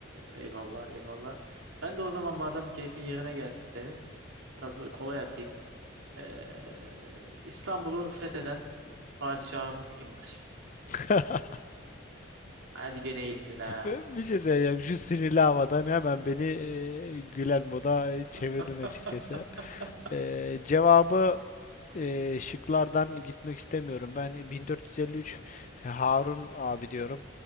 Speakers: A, on the right; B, on the left.
A: eyvallah eyvallah. Ben de o zaman madem keyfin yerine gelsin senin. Biraz böyle kolay atayım. Ee, İstanbul'u fetheden padişahımız kimdir?
B: <laughs>
A: Hadi gene iyisin ha.
B: Ben bir şey söyleyeceğim. Şu sinirli havadan hemen beni e, gülen moda e, çevirdin
A: <laughs>
B: açıkçası. E, cevabı e, şıklardan gitmek istemiyorum. Ben 1453
A: Hı hı.
B: Harun abi diyorum.